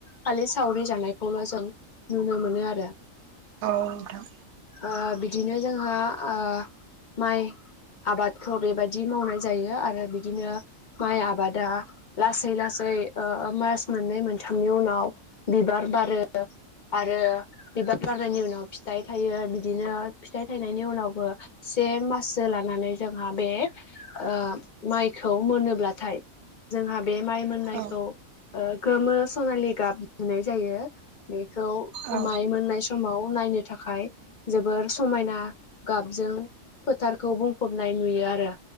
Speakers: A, on the left; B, on the right.
A: खालि सावरि जानायखौल' जों नुनो मोनो आरो।
B: औ नोंथां
A: ओ बिदिनो जोंहा ओ माइ आबादखौ बेबायदि मावनाय जायो आरो बिदिनो माय आबादा लासै लास जासै ओ मास मोननै मोनथामनि उनाव बिबार बारो आरो बिबार बारनायनि उनाव फिथाइ थायो बिदिनो फिथाइ थायनायनि उनावबो, से माससो लानानै जोंहा बे ओ माइखौ मोनोब्लाथाय, जोंहा बे माइ मोननायखौ
B: औ
A: गोमो सनालि गाब नुनाय जायो। बेखौ
B: औ
A: माय मोननाय समाव नायनो थाखाय। जोबोर समायना गाबजों फोथारखौ बुंफबनाय नुयो आरो